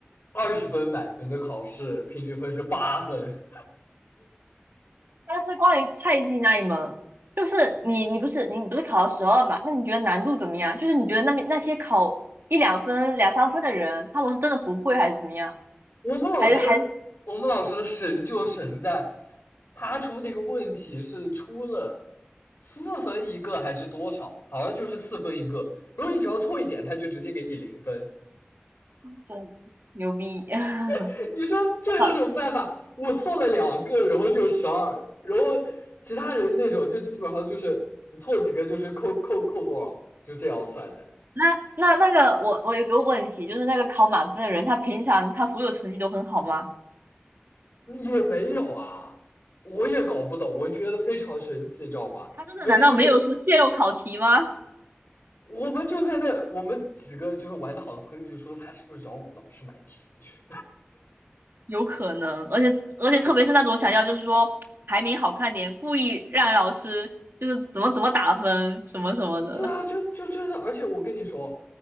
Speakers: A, on the left; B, on the right.
A: 二十分满分的考试，平均分是八分。<laughs>
B: 但是关于会计那一门，就是你你不是你不是考了十二嘛？那你觉得难度怎么样？就是你觉得那边那些考一两分、两三分的人，他们是真的不会还是怎么样？
A: 我们老师，
B: 还是还是
A: 我们老师神就神在，他出那个问题是出了四分一个还是多少？好像就是四分一个。如果你只要错一点，他就直接给你零分。
B: 真牛逼？<laughs>
A: <laughs> 你说这有什么办法？
B: 好，
A: 我错了两个，然后就十二，然后其他人那种就基本上就是你错几个就是扣扣扣多少，就这样算的。
B: 那那那个我我有个问题，就是那个考满分的人，他平常他所有成绩都很好吗？
A: 也没有啊，我也搞不懂，我觉得非常神奇，知道吧？
B: 他真的难道没有说泄露考题吗？
A: 而且就是我们就在那，我们几个就是玩的好的朋友就说他是不是找我们老师买题去？
B: 有可能，而且而且特别是那种想要就是说排名好看点，故意让老师就是怎么怎么打分什么什么的。
A: 对啊，就就真的，而且我跟你说，